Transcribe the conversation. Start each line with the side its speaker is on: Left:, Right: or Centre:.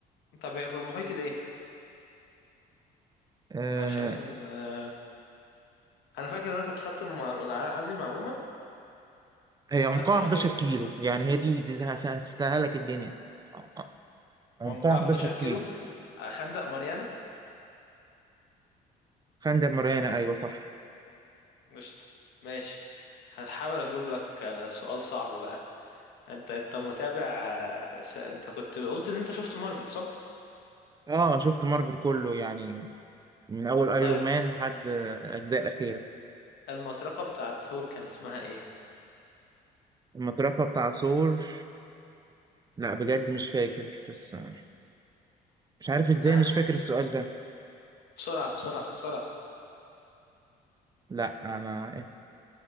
Left: طب هي في المحيط الايه
Right: آه...
Left: عشان أه انا فاكر ان انا كنت خدت المع... الع- عندي المعلومة
Right: هي
Left: بس
Right: عمقها
Left: مش
Right: 11
Left: فاكر
Right: كيلو يعني هي دي دي سه- سه- سهلك الدنيا آه، آه، عمقها
Left: عمقها
Right: 11
Left: 11 كيلو
Right: كيلو
Left: آه، خندق ماريانا
Right: خندق ماريانا ايوه صح
Left: قشطة ماشي هحاول اجيب لك آه، سؤال صعب بقى انت انت متابع آه، ش... انت كنت قلت ان انت شفت مارفل صح
Right: اه شفت مارفل كله يعني من اول ايرون
Left: طيب
Right: مان لحد آه، الاجزاء الاخيرة
Left: المطرقة بتاعت ثور كان اسمها ايه
Right: المطرقة بتاع ثور لا بجد مش فاكر بس آه، مش عارف ازاي
Left: اه
Right: مش فاكر السؤال ده
Left: بسرعة بسرعة بسرعة
Right: لا انا إيه،